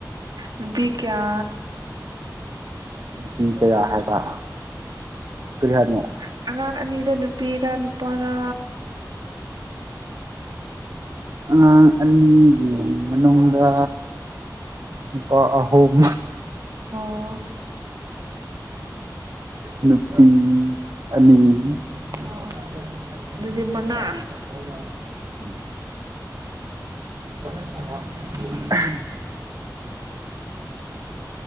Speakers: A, on the right; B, on the right.
A: ꯅꯨꯕꯤ ꯀꯌꯥ
B: ꯅꯨꯄꯤ ꯀꯌꯥ ꯍꯥꯏꯕ ꯀꯔꯤ ꯍꯥꯏꯕꯅꯣ
A: ꯎꯝ ꯑꯉꯥꯡ ꯑꯅꯤꯗ ꯅꯨ ꯄꯤꯔ ꯅꯨꯄꯥꯔꯥ
B: ꯑꯉꯥꯡ ꯑꯅꯤꯒꯤ ꯃꯅꯨꯡꯗ ꯅꯨꯄꯥ ꯑꯍꯨꯝ
A: ꯑꯣ
B: ꯅꯨꯄꯤ ꯑꯅꯤ <unintelligible>
A: ꯑꯣ ꯑꯣ ꯑꯗꯨꯗꯤ ꯃꯉꯥ
B: <unintelligible>